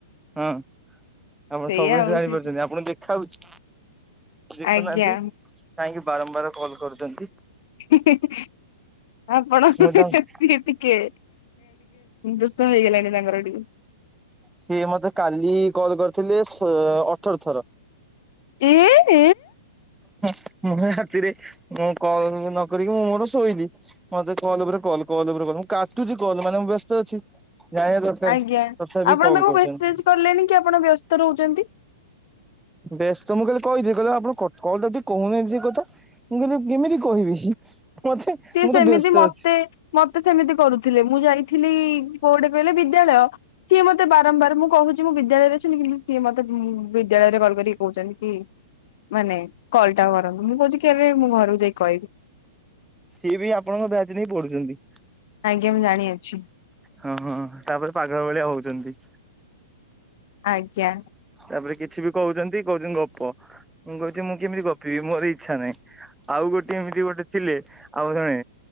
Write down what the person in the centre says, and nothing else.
ହଁ ଆପଣ
ସବୁ କିଛି
ଜାଣିପାରୁଛନ୍ତି
ଆପଣଙ୍କୁ ଦେଖା ହୋଉ ଦେଖୁନାହାନ୍ତି
କାଇହିଁକି ବାରମ୍ବାର କଲ କରୁଚନ୍ତି?
ମୁଁ
ତାଙ୍କୁ
ସିଏ ମତେ କାଲି କଲ କରିଥିଲେ ଅଠର ଥର।
ମୁଁ ରାତିରେ ମୁଁ କଲ ନ କରିକି ମୁଁ ମୋର ଶୋଇଲି ମତେ କଲ ଉପରେ କଲ। ମୁଁ କାଟୁଛି କଲ ମାନେ ମୁଁ ବ୍ୟସ୍ତ ଅଛି ଜାଣିବା ଦରକାର।
ତଥାପି
କଲ୍
କରୁଛନ୍ତି।
ବସ୍ତ ତ ମୁଁ କହିଲଲି କହିଥିଲି କହିଲେ ଆପଣ କ ତ ଟିକ କହୁନିନ୍ତି ସେ କଥା? ମୁଁ କହିଲୁ କେମିତି କହିବି? ମତେ
ମୁଁ
ତ ବ୍ୟସ୍ତ
ଅଛି
ସିଏ ବି ଆପଣଙ୍କ ବ୍ୟାଚ୍ ନେଇ ପଢୁଛନ୍ତି।
ହଁ ହଁ ତାପରେ ପାଗଳ ଭଳିଆ ହଉଛନ୍ତି।
ତାପରେ କିଛି ବି କହୁଛନ୍ତି କହୁଛନ୍ତି ଗପ ମୁଁ କହୁଛି ମୁଁ କେମିତି ଗପିବି ମୋର ଏଇ ଇଚ୍ଛା ନାଇଁ ଆଉ ଗୋଟେ ଏମିତି ଗୋଟେ ଥିଲେ ଆଉ ଜଣେ